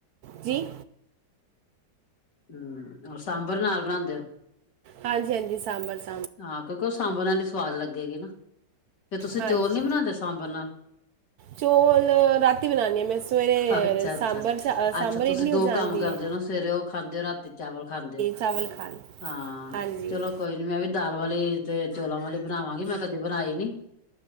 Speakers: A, on the right; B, on the left.
A: ਜੀ।
B: ਹੂੰ, ਓਹ ਸਾਂਬਰ ਨਾਲ ਬਣਾਦੇ ਓ।
A: ਹਾਂਜੀ-ਹਾਂਜੀ, ਸਾਂਬਰ ਚ।
B: ਹਾਂ, ਕਿਉਂਕਿ ਓਹ ਸਾਂਬਰ ਨਾਲ ਹੀ ਸਵਾਦ ਲੱਗੇਗੀ ਨਾ, ‌ਤੇ ਤੁਸੀਂ
A: ਹਾਂਜੀ
B: ਚੌਲ ਨੀ ਬਣਾਦੇ ਸਾਂਬਰ ਨਾਲ?
A: ਚੌਲ ਰਾਤੀ ਬਣਾਨੀ ਆ ਮੈਂ ਸਵੇਰੇ
B: ਅੱਛਾ ਅੱਛਾ
A: ਸਾਂਬਰ, ਸਾਂਬਰ
B: ਅੱਛਾ ਤੁਸੀਂ
A: ਇਡਲੀ
B: ਦੋ
A: ਹੋ ਜਾਂਦੀ
B: ਕੰਮ ਕਰਦੇ
A: ਏ।
B: ਹੋ ਨਾ ਸਵੇਰੇ ਉਹ ਖਾਦੇ ਓ, ਰਾਤੀ ਚਾਵਲ ਖਾਦੇ ਓ,
A: ਚਾਵਲ ਖਾਣ
B: ਹਾਂ।
A: ਹਾਂਜੀ
B: ਚਲੋ ਕੋਈ ਨੀ ਮੈਂ ਵੀ ਦਾਲ ਵਾਲੀ ਤੇ ਚੋਲਾਂ ਵਾਲੀ ਬਣਾਵਾਂਗੀ ਮੈਂ ਕਦੇ ਬਣਾਈ ਨੀ।